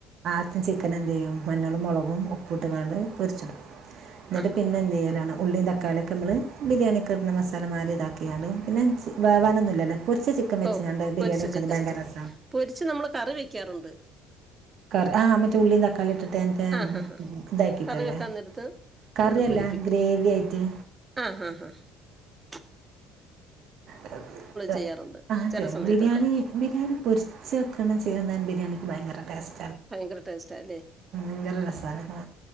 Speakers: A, on the right (about 50°); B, on the right (about 20°).
A: ആദ്യം ചിക്കൻ എന്ത് ചെയ്യും മഞ്ഞളും മുളകും ഉപ്പിട്ട്കാണ്ട് പൊരിച്ചടു എന്നിട്ട്
B: ആ ഹാ
A: പിന്നെ
B: ഹാ
A: എന്ത് ചെയ്യലാണ് ഉള്ളീം തക്കാളി നമ്മള് ബിരിയാണിയിക്കെ ഇടുന്ന മസാല മാതിരി ഇതാക്കിയാണ് പിന്നെ വേവാനൊന്നുലല്ല പൊരിച്ച ചി ക്കാൻ വെച്ചകണ്ട്
B: ഓഹോ
A: ബിരിയാണി
B: പൊരിച്ച
A: വെക്ക്ന്ന
B: ചിക്കനല്ലേ
A: ഭയങ്കര രസ.
B: പൊരിച്ച് നമ്മള് കറി വെക്കാറുണ്ട്
A: കർ ആ എന്നിട്ട് ഉള്ളീ തക്കാളിട്ടിട്ട് ടെ
B: ആ ഹാ ഹാ
A: ഇതാക്കിട്ടല്ലേ
B: കറി വെക്കാൻ നേരത്ത്
A: കറിയല്ല
B: ഒന്ന് പൊരിക്കും
A: ഗ്രേവി ആയിട്ട്
B: ആ ഹ ഹ ഹ
A: അ ദം
B: ചെയ്യാറുണ്ട്
A: ആ
B: ചില
A: ചെർന്നാൻ
B: സമയത്തൊക്കെ
A: ബിരിയാണി ബിരിയാണി പൊരിച്ച് വെക്കണേ ചേർന്നാൻ ബിരിയാണിക്ക് ഭയങ്കരടേസ്സ
B: ഭയങ്കര ടേസ്റ്റ ആല്ലേ
A: ഭയങ്കര രസാണ് അത്